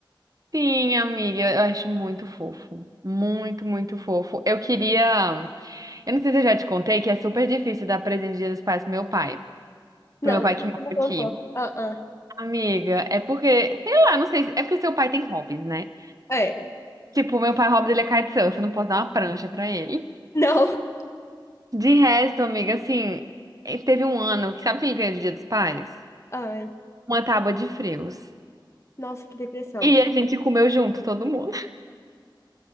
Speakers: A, on the right (about 45°); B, on the left (about 35°).
A: Sim, amiga, eu acho muito fofo. Muito, muito fofo. Eu queria. Eu não sei se eu já te contei que é super difícil dar presente de Dia dos Pais pro meu pai.
B: Não,
A: Pro meu
B: você
A: pai que mora
B: não
A: aqui.
B: contou. Ah,
A: Amiga, é porque, sei lá, não sei, se- é porque seu pai tem hobbies, né?
B: ah. É,
A: Tipo, meu pai, o hobby dele é kitesurf, eu não posso dar uma prancha pra ele.
B: não.
A: De resto, amiga, assim, eh, teve um ano que sabe o que ele ganhou de Dia dos Pais?
B: Ai,
A: Uma tábua de frios.
B: nossa, que depressão.
A: E a gente comeu junto, todo mundo.